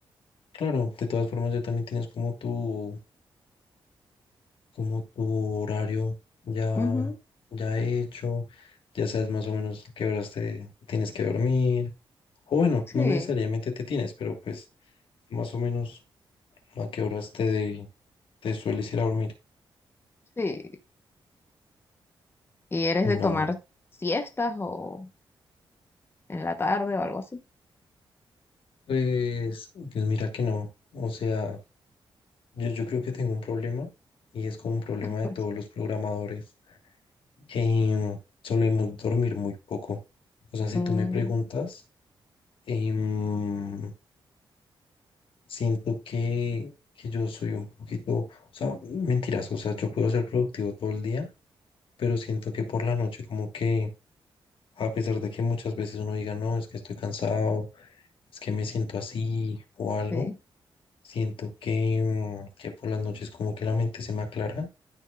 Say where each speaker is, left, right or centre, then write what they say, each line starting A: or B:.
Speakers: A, on the left; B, on the left.
A: Claro, de todas formas ya también tienes como tu como tu horario ya,
B: Ujú,
A: ya hecho, ya sabes más o menos a qué horas te tienes que dormir, o bueno,
B: sí,
A: no necesariamente te tienes, pero pues más o menos a qué horas te, te sueles ir a dormir.
B: sí. ¿Y eres
A: No,
B: de tomar siestas o en la tarde o algo así?
A: pues, pues mira que no, o sea, yo, yo creo que tengo un problema y es como un problema de
B: Porque-
A: todos los programadores, que solemos dormir muy poco. O sea, si
B: mm,
A: tú me preguntas, em, Siento que, que yo soy un poquito, o sea, mentiras, o sea, yo puedo ser productivo todo el día, pero siento que por la noche como que, a pesar de que muchas veces uno diga, no, es que estoy cansado, es que me siento así o algo,
B: sí.
A: siento que, mm, que por las noches como que la mente se me aclara